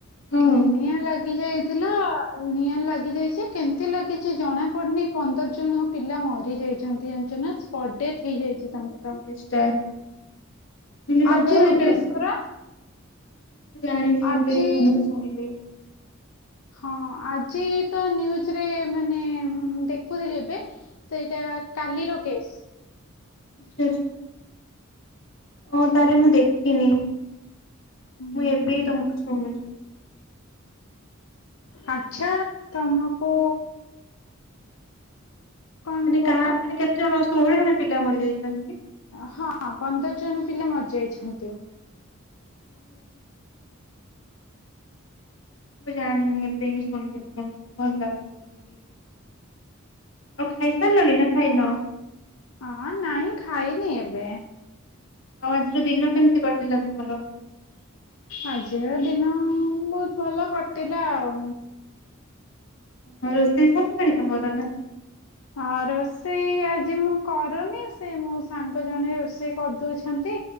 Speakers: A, on the left; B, on the left.
A: ହୁଁ।
B: ଏନିଆଁ ଲା ଯାଇଥିଲା ନିଆଁ ଲାଗି ଯାଇଛି କେମିତି ଲାଗିଛି ଜଣା ପଡିନି ପନ୍ଦର ଜଣ ପିଲା ମରିଯାଇଛନ୍ତି। ଜାଣିଚ ନା ସ୍ପଟ୍ ଡେଥ୍ ହେଇଯାଇଛି ତାଙ୍କର।
A: <inaudible> ମୁଁ କହିଲି ଏଇଟା
B: ଆଜିର
A: କଣ ହେଇଥିଲା
B: କେସ୍
A: ସେଦିନ
B: ପରା
A: ଜାଣିନି ମୁଁ
B: ଆଜି
A: ଏବେ ହି ତମଠୁ ଶୁଣିଲି।
B: ହଁ ଆଜି ତ ୁଜରେ ମାନେ ଦେଖୁଥିଲି ଏବେ ସେଇଟା କାଲିର କେଶ୍।
A: ଆଛା ଆଛା। ହଁ ତାହେଲେ ମୁଁ ଦେଖିନି
B: ହୁଁ
A: ମୁଁ ଏବେ ହିଁ ତମଠୁ ଶୁଣୁଛି।
B: ଆଚ୍ଛା ତମକୁ କଣ
A: ମାନେ
B: କୁହ
A: କାହା କେତେ? କେତେ ଜଣ ଷୋହଳ ଜଣ ପିଲା ମରିଯାଇଛନ୍ତି?
B: ହଁ, ପନ୍ଦର ଜଣ ପିଲା ମରିଯାଇଛନ୍ତି।
A: ଓହୋ <inaudible> ମୁଁ ଜାଣିନି, ଏବେ ହିଁ ସୁଣିଲି ତମଠୁ ଭଲ ଲାଗୁନି ସୁଣିକି। ଆଉ, ଖାଇସାରିଳଣି ନା ଖାଇନ?
B: ହଁ ନାଇଁ ଖାଇନି ଏବେ
A: ଆଉ ଆଜିର ଦିନ କେମିତି କଟିଲା ତମର?
B: ଆଜିର ଦିନ ବହୁତ ଭଲ କଟିଲା ଆଉ
A: ହଁ ରୋଷେଇ ସରିଲାଣି ତମର ନା?
B: ହଁ ରୋଷେଇ ଆଜି ମୁଁ କରୁନି ସେ ମୋ ସାଙ୍ଗ ଜଣେ ରୋଷେଇ କରିଦଉଛନ୍ତି